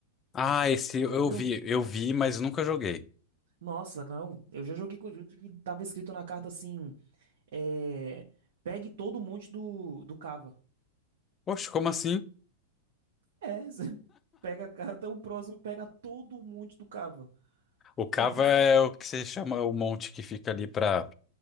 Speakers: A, on the left (about 20°); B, on the right (about 75°).
A: Ah, esse
B: Você
A: eu
B: já viu?
A: vi, eu vi, mas nunca joguei.
B: Nossa, não. Eu já joguei com o jogo que tava escrito na carta assim: é, pegue todo o monte do, do cava.
A: Poxa, como assim?
B: É, <laughs> você pega a carta, o próximo pega todo o monte do cava.
A: O cava
B: É um absurdo.
A: é o que você chama o monte que fica ali para